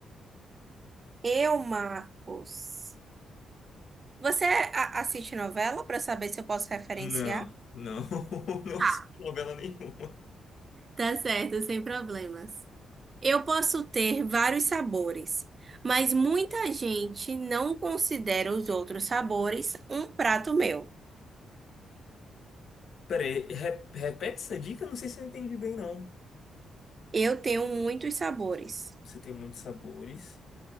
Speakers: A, on the right; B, on the left.
A: Eu, Marcos. Você a- assiste novela para saber se eu posso referenciar?
B: Não, não, <laughs> não
A: Tá,
B: assisti novela nenhuma.
A: tá certo, sem problemas. Eu posso ter vários sabores, mas muita gente não considera os outros sabores um prato meu.
B: Peraí, re- repete essa dica? Não sei se eu entendi bem, não.
A: Eu tenho muitos sabores,
B: Você tem muitos sabores.